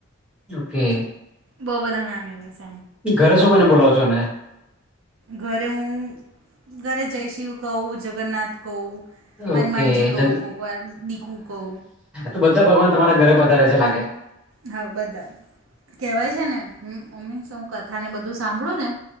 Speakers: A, in the centre; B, on the right.
A: ઓકે
B: બહુ બધા નામ એવા છે.
A: ઘરે શું કઈને બોલાવો છો એને?
B: ઘરે હું, ઘરે જય શિવ કહું જગન્નાથ કહુ, હનુમાનજી
A: ઓકે
B: કહું
A: જગ
B: કોક વાર દિકુ કહુ
A: તો બધા ભગવાન તમારા ઘરે પધારે છે લાગે.
B: હા બધાય, કેહેવાય છે ને મમ્મી શૌ કથા ને બધું તો સાંભળ્યુંને